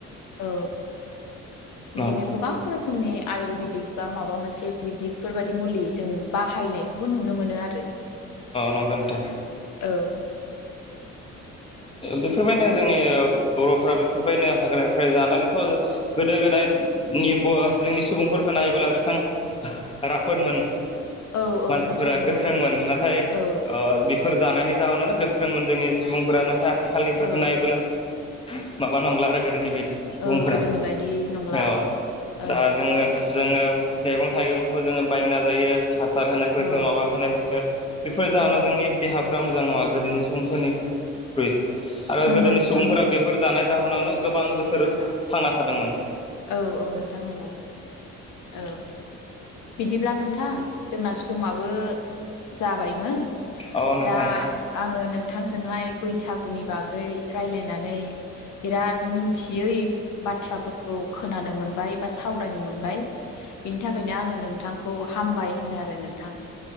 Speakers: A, on the left; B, on the left.
A: औ बिदिनो
B: अ
A: गोबां रोखोमनि आयुरवेदिक बा माबा मोनसे बिफोरबायदि मुलि जों बाहायनाय बे खौबो नुनो मोनो आरो
B: नंगौ नोंथां
A: औ।
B: बेफोरबायदिनो जोंनि बर'फोरा बेफोरबायदिनो हाग्रानिफ्राय जानानैथ' गोदो गोदाय नि जोंनि सुबुंफोरखौ नायोब्ला बेसेबां राफोदमोन।
A: औ औ
B: मानसिफोरा
A: नोंथां नंगौ
B: गोख्रोंमोन नाथाय
A: औ
B: बेफोर जानायनि जाहोनावानो गोख्रोंमोन जोंनि सुबुंफोरा नाथ आथिखालनिफोरखौ
A: औ
B: नायोबोला माबा नंला आरो गोदोनि बायदि सुबुंफोरा।
A: औ गोदोनि बायदि नंला
B: औ
A: औ
B: दा जोङो जोङो मैगं थाइगंखौबो जोङो बायना जायो। हासार होनायफोरफोरखो
A: औ
B: माबा होनायफोरफोरखो बेफोर जाहोनाव
A: औ
B: जोंनि देहा फोर मोजां नङा गोदोनि सुबुंफोरनि ख्रुय आरो
A: नंगौ
B: गोदोनि
A: नोंथां
B: सुबुंफोरा
A: नंगौ
B: बेफोर जानाय जाहोनावनो गोबां बोसोर थांना थादोंमोन।
A: औ औ नोंथां नंगौ औ बिदिब्ला नोंथां जोंना समाबो जाबायमोन
B: अ नोंथां
A: दा आङो नों बिथांजोंहाय बैसागु नि बागै रायलायनानै बिराद मिथियै बाथ्राफोरख खौ खोनानो मोनबाय। बा सावरायनो मोनबाय बिनि थाखायनो आङो नोंथांखौ हामबाय होनो आरो नोंथां।